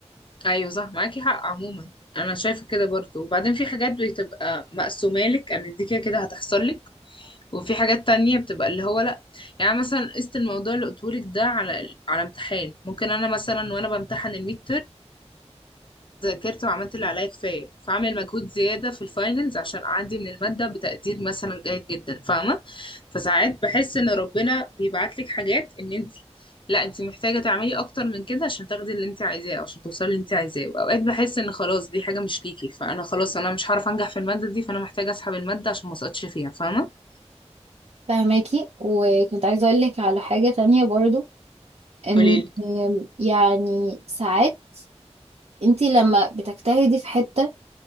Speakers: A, on the left; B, on the right.
A: ايوه صح معاكي حق عموما انا شايفه كده برضو وبعدين في حاجات بتبقى مقسومه لك ان دي كده كده هتحصل لك وفي حاجات تانية بتبقى اللي هو لا يعني مثلا قست الموضوع اللي قلتهولك ده على على امتحان ممكن انا مثلا وانا بمتحن الميد ذاكرت وعملت اللي عليا كفاية فاعمل مجهود زيادة في الفاينلز عشان أعدي من المادة بتقدير مثلا جيد جدا فاهمة فساعات بحس إن ربنا بيبعت لك حاجات إن أنت لا أنت محتاجة تعملي أكتر من كده عشان تاخدي اللي أنت عايزاه أو عشان توصلي اللي أنت عايزاه وأوقات بحس إن خلاص دي حاجة مش ليكي فأنا خلاص أنا مش هعرف أنجح في المادة دي فأنا محتاجة أسحب المادة عشان ما أسقطش فيها فاهمة
B: فهماكي وكنت عايزة أقولك على حاجة تانية برضو إن
A: قوليلي
B: يعني ساعات انتي لما بتجتهدي في حتة